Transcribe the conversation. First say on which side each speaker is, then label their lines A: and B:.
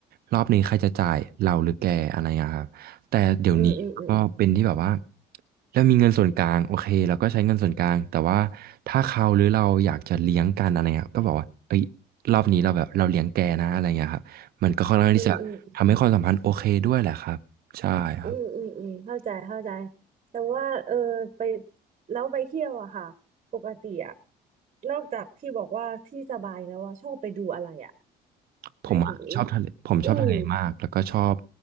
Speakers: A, on the right (about 65°); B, on the right (about 40°).
A: รอบนี้ใครจะจ่ายเราหรือแกอะไรอย่างเงี้ยครับ แต่เดี๋ยวนี้ก็เป็นที่แบบว่า
B: อืมอืมอืม
A: เรามีเงินส่วนกลางโอเคเราก็ใช้เงินส่วนกลางแต่ว่าถ้าเขาหรือเราอยากจะเลี้ยงกันอะไรเงี้ยก็บอกว่าเอ้ยรอบนี้เราแบบเราเลี้ยงแกนะอะไรเงี้ยครับมันก็ค่อนข้างที่จะทำให้ความสัมพันธ์โอเคด้วยแหละครับใช่ครับ
B: อืมอืม อืมอืมอืมเข้าใจเข้าใจแต่ว่าเออไปแล้วไปเที่ยวอะค่ะปกติอะนอกจากที่บอกว่าที่สบายแล้วอะชอบไปดูอะไรอะ
A: ผมอะชอบทะเลผมชอบทะเลมากแล้วก็ชอบ
B: หมายถึงอืม